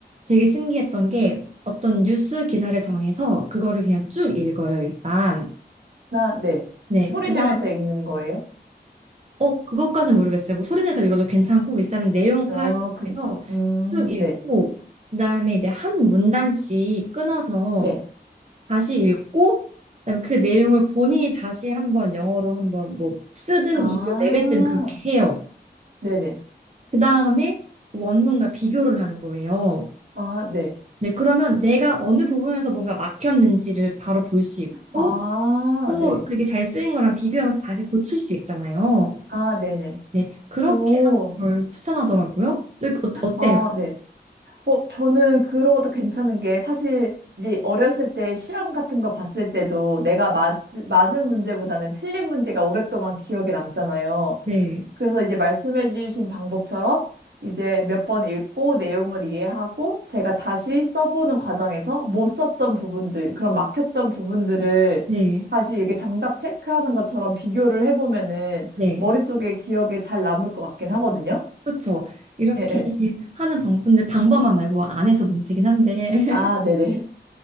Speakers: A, on the right; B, on the right.
A: 되게 신기했던 게 어떤 뉴스 기사를 정해서 그거를 그냥 쭉 읽어요, 일단.
B: 나, 네.
A: 네.
B: 소리
A: 그다
B: 내면서 읽는 거예요?
A: 어, 그것까진 모르겠어요. 뭐 소리내서 읽어도 괜찮고 일단은 내용
B: 어,
A: 파악해서
B: 그, 음,
A: 쭉 읽고
B: 네.
A: 그다음에 이제 한 문단씩 끊어서
B: 네.
A: 다시 읽고 그다음에 그 내용을 본인이 다시 한번 영어로 한번 뭐 쓰든
B: 아,
A: 입으로 내뱉든 그렇게 해요.
B: 네네.
A: 그다음에 원문과 비교를 하는 거예요.
B: 아, 네.
A: 네, 그러면 내가 어느 부분에서 뭔가 막혔는지를 바로 볼 수 있고
B: 아,
A: 또
B: 네.
A: 그게 잘 쓰인 거랑 비교하면서 다시 고칠 수 있잖아요.
B: 아, 네네.
A: 네, 그렇게
B: 오,
A: 하는 걸 추천하더라고요. 근데 어, 어때요?
B: 아, 네. 어, 저는 그런 것도 괜찮은 게 사실 이제 어렸을 때 시험 같은 거 봤을 때도 내가 맞, 맞은 문제보다는 틀린 문제가 오랫동안 기억에 남잖아요.
A: 네,
B: 그래서 이제 말씀해 주신 방법처럼 이제 몇 번 읽고 내용을 이해하고 제가 다시 써보는 과정에서 못 썼던 부분들, 그런 막혔던 부분들을
A: 네,
B: 다시 이렇게 정답 체크하는 것처럼 비교를 해보면은
A: 네.
B: 머릿속에 기억에 잘 남을 것 같긴 하거든요.
A: 그렇죠. 이렇게
B: 예, 예.
A: 하는 방법. 근데 방법만 알고 안 해서 문제긴 한데. <laughs>
B: 아, 네네.